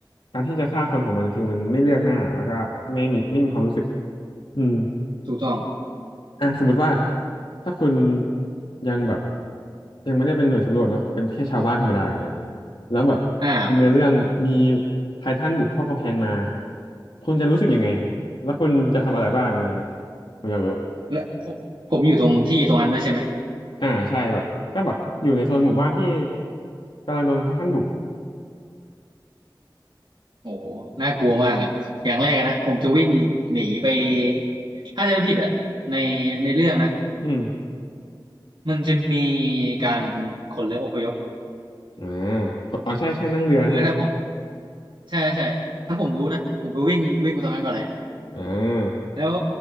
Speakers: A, on the left; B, on the right.
A: การที่จะฆ่าคนของมันคือมันไม่เลือกหน้าแล้วก็ไม่มีไม่มีความรู้สึกอืม
B: ถูกต้อง
A: อ่ะสมมติว่าถ้าคุณยังแบบยังไม่ได้เป็นหน่วยสำรวจเนาะเป็นแค่ชาวบ้านธรรมดาอย่างเงี้ยแล้วแบบตามเนื้อเรื่องมี
B: อ่า
A: ไททันบุกเข้ากำแพงมาคุณจะรู้สึกยังไงแล้วคุณจะทำอะไรบ้างอะไรเงี้ยผมอยากรู้
B: และผมผมอยู่ตรงที่ตรงนั้นด้วยใช่ไหม
A: อ่าใช่แบบก็แบบอยู่ในโซนหมู่บ้านที่กำลังโดนไททันบุก
B: โอ้โหน่ากลัวมากอะอย่างแรกอะนะผมจะวิ่งหนีไปถ้าจะไม่ผิดอะในในเรื่องนะ
A: อืม
B: มันจะมีการขนเรืออพยพ
A: อ่าอ๋อใช่ใช่นั่งเรือใช่ไหม
B: คือถ้าผมใช่ใช่ถ้าผมรู้นะผมไปวิ่งวิ่งไปตรงนั้นก่อนเลย
A: อ่า
B: แล้ว